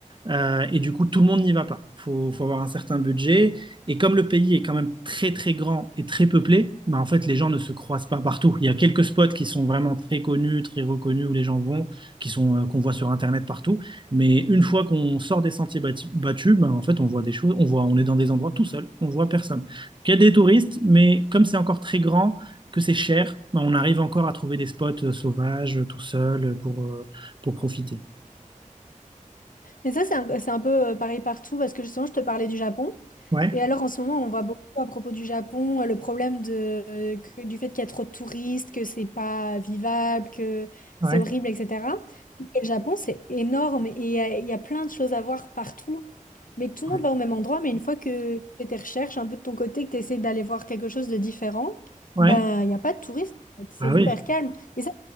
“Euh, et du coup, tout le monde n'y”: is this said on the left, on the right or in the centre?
Right